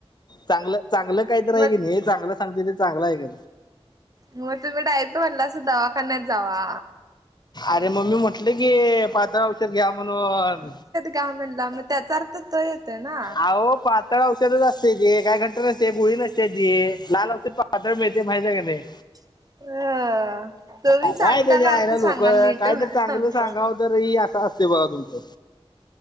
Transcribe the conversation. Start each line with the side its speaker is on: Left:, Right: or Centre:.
Left: चांगलं चांगलं काहीत आहे
Right: मग
Left: की नाही चांगलं सांगते ते चांगलं आहे का?
Right: मग तुम्ही डायरेक्ट म्हणला अस दवाखान्यात जावा.
Left: अरे मम्मी म्हटलं की पात्र औषध घ्या म्हणून
Right: गा म्हला मग त्याचा अर्थ तो येते ना.
Left: अहो पातळ औषधच असते त काय घंट नसते गुळी नसते ती लाल औषध पातळ मिळते माझ्या सग नाही.
Right: <unintelligible> अ तुम्ही
Left: आ
Right: सांगताना
Left: काय त्याच्या
Right: अर्थ
Left: आहे ना लोक
Right: सांगा नीट
Left: कायत चांगलं
Right: सांगता
Left: सांगा
Right: मी.
Left: तरर असते बघा तुमचं?